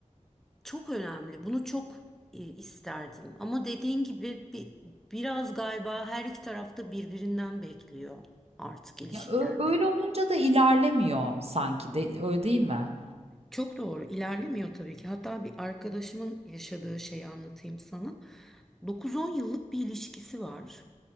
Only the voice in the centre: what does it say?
Çok önemli. Bunu çok e, isterdim. Ama dediğin gibi bi- biraz galiba her iki tarafta birbirinden bekliyor artık ilişkilerde.
Çok doğru ilerlemiyor tabii ki. Hatta bir arkadaşımın yaşadığı şeyi anlatayım sana. 9-10 yıllık bir ilişkisi var.